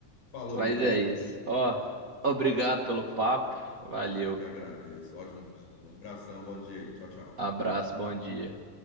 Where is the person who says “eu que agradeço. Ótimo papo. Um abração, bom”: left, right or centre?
Left